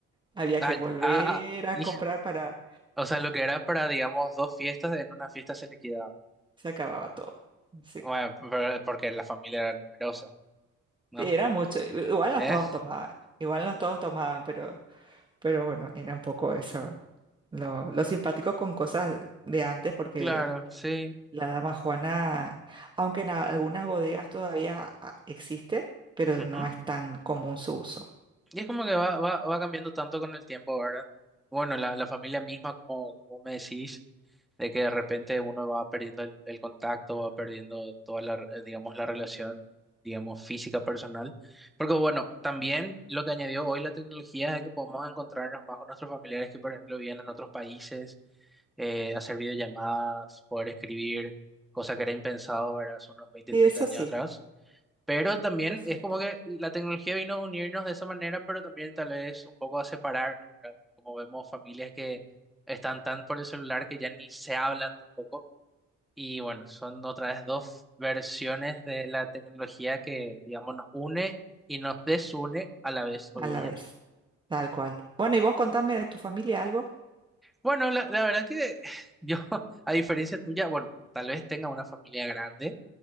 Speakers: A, on the right (about 15°); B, in the centre.
A: Había
B: Ah,
A: que volver
B: ah,
A: a
B: hija.
A: comprar para...
B: O sea, lo que era para, digamos, dos fiestas, en una fiesta se liquidaba.
A: Se acababa todo. Sí.
B: Bueno, pero- porque la familia era numerosa, ¿no?
A: Sí, Era mucho, igual no
B: ¿Eh?
A: todos tomaban, igual no todos tomaban, pero, pero bueno, era un poco eso. Lo, lo simpático con cosas de antes, porque
B: Claro, sí.
A: la dama Juana, aunque en a- algunas bodegas todavía ah, existe, pero
B: Ujú.
A: no es tan común su uso.
B: Y es como que va, va, va cambiando tanto con el tiempo, ¿verdad? Bueno, la, la familia misma, como, como me decís. de que de repente uno va perdiendo el, el contacto, va perdiendo toda la, eh, digamos, la relación, digamos, física personal. Porque bueno, también lo que añadió hoy la tecnología es que podemos encontrarnos más con nuestros familiares que, por ejemplo, viven en otros países, eh, hacer videollamadas, poder escribir, cosa que era impensado, ¿verdad? hace unos veinte
A: Y
B: 30
A: eso
B: años
A: sí,
B: atrás. Pero también
A: es cierto.
B: es como que la tecnología vino a unirnos de esa manera, pero también tal vez un poco a separarnos, ¿verdad? Como vemos familias que están tan por el celular que ya ni se hablan tampoco. Y bueno, son otra vez dos versiones de la tecnología que, digamos, nos une y nos desune a la vez hoy
A: A la
B: día.
A: vez, tal cual. Bueno, y vos contame de tu familia algo,
B: Bueno, la, la verdad que <sighs> yo, <laughs> a diferencia tuya, bueno, tal vez tenga una familia grande